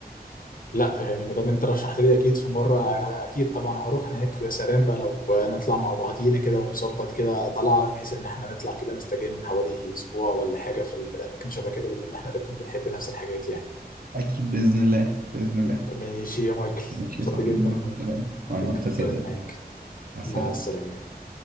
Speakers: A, on the left; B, on the right.
A: لا يعني ما دام انت رشحت لي اكيد في مره اكيد طبعا هروح هناك ويا سلام بقى لو نطلع مع بعضينا كده ونظبط كده طلعه بحيث ان احنا نطلع كده نستجم حوالي اسبوع ولا حاجه في, ال- في الاماكن شبه كده بما ان احنا الاتنين بنحب نفس الحاجات يعني
B: اكيد باذن الله باذن الله
A: ماشي يا مايكل
B: ماشي
A: مبسوط
B: يا صاحبي
A: جدا
B: مع السلامه وانا
A: بالكلام
B: اكتر صدقني
A: معاك
B: مع السلامه
A: مع السلامه